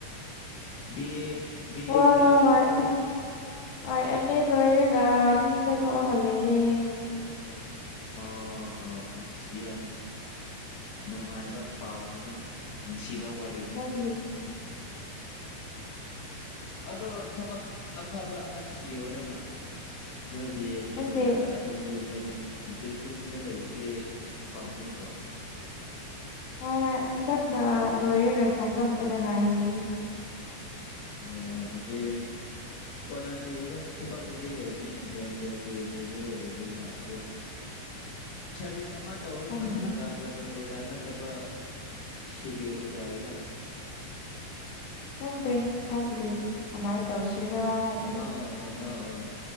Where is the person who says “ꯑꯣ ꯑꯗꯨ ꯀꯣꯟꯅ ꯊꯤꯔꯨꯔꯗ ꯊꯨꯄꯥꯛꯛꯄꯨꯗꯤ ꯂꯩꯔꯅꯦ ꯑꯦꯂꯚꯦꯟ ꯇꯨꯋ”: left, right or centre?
Left